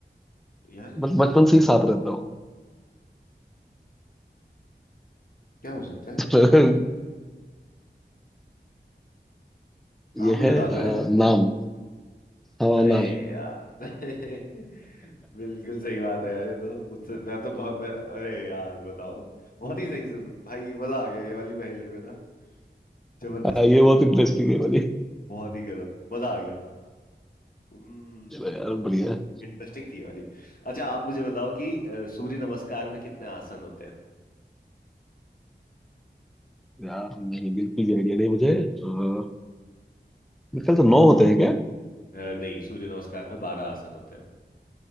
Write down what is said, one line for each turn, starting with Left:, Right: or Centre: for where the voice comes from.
Left: है यार ये
Centre: बट
Left: तो
Centre: बचपन से ही साथ रहता हो
Left: क्या हो सकता है
Centre: <laughs>
Left: ये
Centre: ये
Left: आप ही
Centre: है
Left: बता
Centre: अ,
Left: दो यार
Centre: नाम हमारा
Left: अरे
Centre: नाम <laughs>
Left: यार <laughs> बिल्कुल सही बात है यार ये तो मुझसे मैं तो बहुत मैं, अरे यार बताओ बहुत ही सही से भाई मजा आ गया ये वाली पहेली में ना जबरदस्त
Centre: हाँ, ये
Left: थी
Centre: बहुत
Left: ये
Centre: इंटरेस्टिंग है वाली
Left: बहुत ही गजब मजा आ गया हम्म
Centre: चलो यार बढ़िया
Left: इंटरेस्टिंग थी ये वाली अच्छा आप मुझे बताओ कि अ, सूर्य नमस्कार में कितने आसन होते हैं
Centre: यार नहीं बिल्कुल भी आइडिया नहीं मुझे अ, मेरे ख्याल से नौ होते हैं क्या
Left: अ, नहीं सूर्य नमस्कार में बारह आसन होते हैं